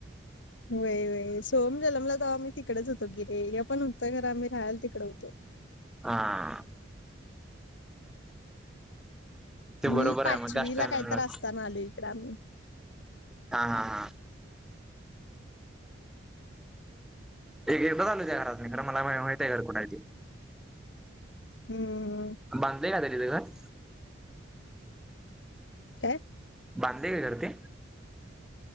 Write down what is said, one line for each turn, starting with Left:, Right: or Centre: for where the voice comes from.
Left: व्हय व्हय सोम जन्मला तव आम्ही तिकडेच होतं, की रे हे पण होतं घर आम्ही राहायला तिकड होतो.
Centre: हा. ते
Left: मी
Centre: बरोबर
Left: पाचवीला
Centre: आहे मग त्याच टायमिंगला
Left: काहीतर असताना आलोय. आणि
Centre: हा हा हा एक बालू त्या घरात म खरं मला मा माहित आहे घर कुणा
Left: हम्म
Centre: मानले काय ते तिथे घर.
Left: काय,
Centre: बांधले काय घर ते.